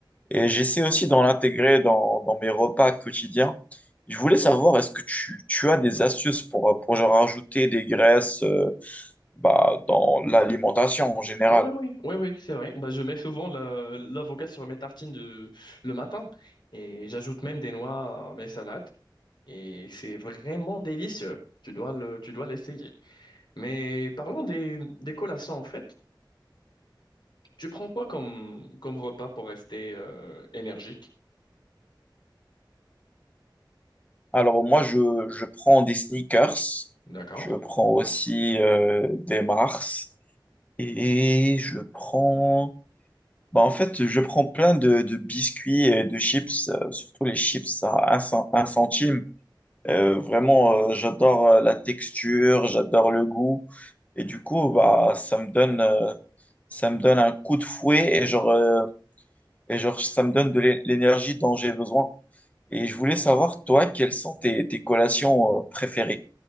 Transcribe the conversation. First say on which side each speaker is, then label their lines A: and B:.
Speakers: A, on the left; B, on the left.
A: Et j'essaie aussi d'en l'intégrer dans, dans mes repas quotidiens. Je voulais savoir, est-ce que tu, tu as des astuces pour, pour genre, ajouter des graisses euh, bah, dans l'alimentation en général.
B: Ah oui, oui, oui, oui, c'est vrai. Bah, je mets souvent la- l'avocat sur mes tartines de, le matin et j'ajoute même des noix à mes salades et c'est vraiment délicieux. Tu dois le, tu dois l'essayer. Mais parlons des, des collations en fait. Tu prends quoi comme, comme repas pour rester euh, énergique?
A: Alors moi, je, je prends des sneakers,
B: D'accord?
A: je prends aussi euh, des Mars et je prends... Bah, en fait, je prends plein de, de biscuits et de chips, euh, surtout les chips à un cen- un centime. Euh, vraiment, euh, j'adore euh, la texture, j'adore le goût. Et du coup, bah, ça me donne, euh, ça me donne un coup de fouet et genre, euh, et genre, ça me donne de l'é- l'énergie dont j'ai besoin. Et je voulais savoir, toi, quelles sont tes, tes collations euh, préférées?